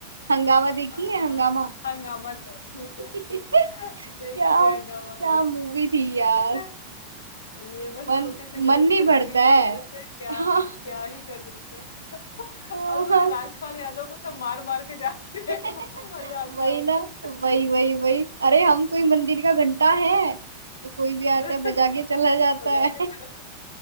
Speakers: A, on the right; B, on the left.
A: हंगामा देखी
B: हाँ
A: है हंगामा
B: हंग, हंगामा देखी
A: <laughs>
B: है <laughs>
A: क्या
B: देखी है
A: क्या
B: हंगामा भाई
A: मूवी थी यार
B: <laughs> ये बस
A: मन
B: छोटी सी गलतफहमी
A: मन नहीं भरता
B: की
A: है
B: वजह से क्या
A: हाँ
B: क्या ही कर देते हैं
A: हाँ
B: <laughs> और मुझे
A: हाँ।
B: राजपाल यादव को सब मार मार के जाते
A: <laughs>
B: हैं <laughs> बड़ा मजा आता
A: वही
B: है उसमें
A: ना वही वही वही अरे हम कोई मंदिर का घंटा है तो कोई भी आता
B: <laughs>
A: है बजा
B: जो
A: के चला जाता
B: बजा
A: है
B: के चला